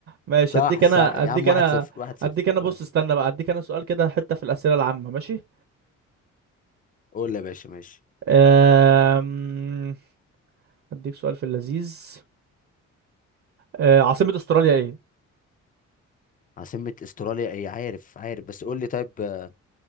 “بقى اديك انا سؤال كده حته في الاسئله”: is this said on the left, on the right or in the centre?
Right